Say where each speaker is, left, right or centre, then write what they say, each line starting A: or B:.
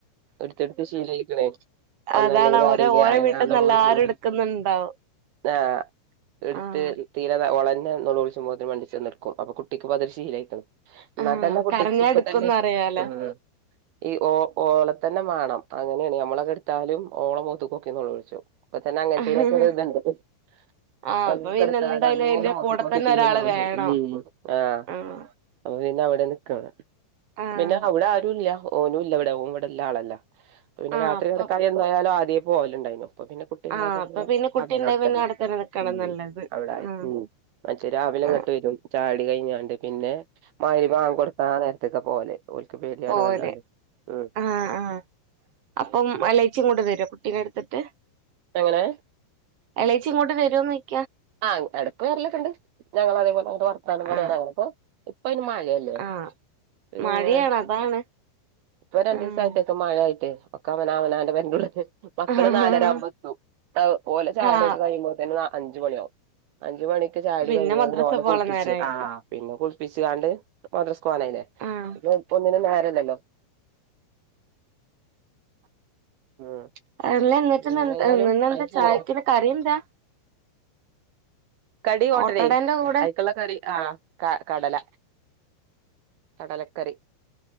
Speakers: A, on the right (about 75°); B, on the right (about 40°).
A: ഇടുത്തടുത്ത് സ്വീലായിക്കണേ. ഒന്നല്ലെങ്കിൽ
B: അതാണ്
A: ആരെങ്കും
B: ഓരോ ഓരോ
A: അനങ്ങാടെ.
B: വീട്ടിൽന്ന് എല്ലാരും എടുക്കുന്നുണ്ടാവും
A: ആ എടുത്ത്
B: ആഹ്
A: തീരെ ഒളന നേലോളിച്ചുപ്പത്തേ മണ്ടിചെന്നെടുക്കും അപ്പ കുട്ടിക്ക്പതൊരു ശീലായിക്കണ്. എന്നാൽ
B: ആഹ്
A: തന്നെ കുട്ടിക്ക്
B: കരഞ്ഞാ
A: ഇപ്പ
B: എടുക്കുംന്ന്
A: തന്നെ
B: അറിയാലോ
A: ഉ ഈ ഓ ഓ. തന്നെ മാണം അങ്ങനെയാണ് മ്മളൊക്കെ എടുത്താലും. ഓളമൊത്തെക്കോക്കി നേലോള്ളിച്ചും. ഇപ്പംതനെ അങ്ങനത്തെനൊക്കെ
B: ആഹ്
A: ഒരു ഇതിണ്ട്‌. <unintelligible>
B: ആഹ്
A: മോത്ത്
B: അപ്പൊ പിന്നെ എന്തായാലും അയിന്റെ കൂടെ
A: കോകി
B: തന്നെ ഒരാള് വേണം
A: മ്മ് ആ.
B: ആഹ്
A: അപ്പൊ പിന്നെ അവിടെ നിക്കണെ
B: ആഹ്
A: പിന്നെ അവിടെ ആരുല്ല. ഓനും ഇല്ല ഇവിടെ ഓൻ ഇവിടെ ഇള്ള ആളല്ല. പിന്നെ
B: ആഹ്
A: രാത്രി
B: അപ്പൊ
A: കിടക്കാനെന്തായാലും ആദ്യേ പോവലണ്ടേയ്നു. അപ്പ പിന്നെ കുട്ടിണ്ടായപ്പ
B: ആഹ് അപ്പൊ
A: പിന്നെ
B: കുട്ടിയുണ്ടെ
A: അവിടെത്തന്നെ.
B: പിന്നെ നിക്കണ
A: ഉ
B: നല്ലത്
A: അവിടായി
B: ആഹ്
A: മറ്റേത് രാവിലെ ഇങ്ങട്ട്
B: ആഹ്
A: വരും. ചായോടി കഴിഞ്ഞാണ്ട്. പിന്നെ മരിബി ഭാഖ്കൊടുക്കാൻ. നേരത്തൊക്കെ പോവല്. ഓൽക്ക് പേടിയാണ്
B: പോവല്
A: കണ്ടാണ്ട് ഉം
B: ആഹ ആ അപ്പം എള ച്ചി ങ്ങട്ട് വേരൊ കുട്ടിനെഎടുത്തിട്ട്.
A: എങ്ങനെ.
B: എളേച്ചി ഇങ്ങോട്ട് വരൊന്ന് ചോ
A: ആഹ എടുക്ക് വെരലൊക്കെണ്ട്. ഞങ്ങള അതേപോലെ അങ്ങട്ട് വർത്താനം പറയനങ്ങാടൊകും.
B: ആഹ്
A: ഇപ്പയിൻ മഴയല്ലേ.
B: ആഹ്
A: പിനെ
B: മഴയാണ് അതാണ്
A: ഇപ്പൊ രണ്ടീസായിട്ടൊക്കെ
B: ആഹ്
A: മഴ ആയിട്ടേ. ഒക്ക അവന അവനാന്റെ പേരെന്റെ ഉള്ളിലനേ മക്കള്
B: ആഹ്
A: നാലരാവുമ്പോഎത്തും ഓലെ ചായുടിയൊക്കെ
B: ആഹ്
A: കഴിയുമ്പോത്തനെ നാല്. അഞ്ച്അ മണിയാവും അ. മണിക്ക് ചായുടി
B: പിന്നെ
A: കഴിഞ്ഞ
B: മദ്രസ
A: ഓലെ
B: പോവാള്ള
A: കുളിപ്പിച്ച്
B: നേരായി
A: ആ പിന്നെ കുളിപ്പിചങ്ങാണ്ട് മദ്രസ്കോവാനായിലെ.
B: ആഹ്
A: ഇപ്പോ ഒന്നിനും നേരല്ലലോ. ഉം
B: അല്ല ന്നിട്ട്ഇന്നെന്ത
A: ഏതായാലും
B: ഇന്ന് എന്താ
A: അയി
B: ചായക്കിന്
A: കൂടും
B: കറി എന്താ.
A: കടി ഓട്ടടെ
B: ഓട്ടടേന്റെ കൂടെ
A: അയിക്കുള്ള കറി ആഹ ക കടല. കടലക്കറി